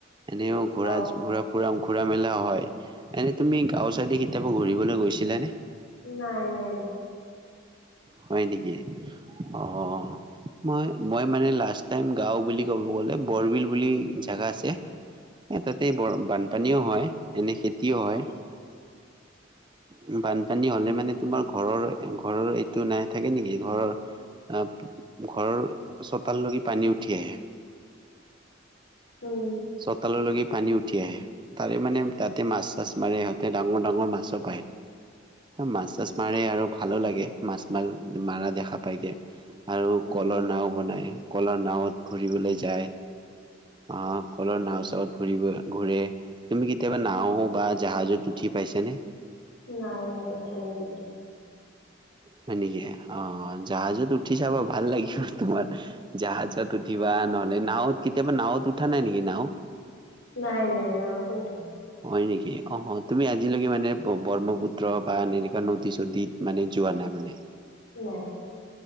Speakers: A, on the right (about 25°); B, on the left (about 80°).
A: এনেও ঘোৰা
B: অ'
A: ঘূৰা ফুৰা। ঘুৰা মেলা হয় এনে তুমি গাঁও চাই কেতিয়াবা ঘূৰিবলৈ গৈছিলা নে।
B: নাই নাই যোৱা।
A: হয় নেকি অ মই। মই মানে লাষ্ট টাইম গাওঁ বুলি ক'ব গ'লে বৰবিল বুলি জেগা আছে। এ তাতে বৰ বানপানীও হয় এনে খেতিও হয়। উম বানপানী হলে মানে তোমাৰ ঘৰৰ ঘৰৰ এইটো নাই থাকে নেকি ঘৰৰ। আহ ঘৰৰ চোতাললৈকে পানী উঠি আহে।
B: উম
A: চতালৰ লৈ কে। পানী উঠি আহে তাৰে মানে তাতে মাছ চাছ মাৰে সিহঁতে ডাঙৰ ডাঙৰ মাছো পায়। মাছ চাছ মাৰে আৰু ভালো লাগে মাছ মাৰ মাৰা দেখা পায়গে। আৰু
B: উম
A: কলৰ নাও বনাই কলৰ নাওত ঘূৰিবলৈ যায় অহ। সকলৰ নাও চত ঘূৰিব ঘূৰে। তুমি কেতিয়াবা নাও বা জাহাজত উঠি পাইছানে?
B: নাই নাই উঠা নাই কেতিয়াওঁ।
A: হয় নেকি, অ জাহাজত উঠি চাব ভাল লাগি তোমাৰ জাহাজত উঠিবা নহলে নাওত কেতিয়াবা নাৱত উঠা নাই নেকি নাও?
B: নাই নাই নাওটো উঠা নাই।
A: হয় নেকি অ তুমি আজিলৈকে মানে ব্ৰহ্মপুত্ৰ বা এনেকুৱা নদী - চদী মানে যোৱা নাই মানে?
B: নাই।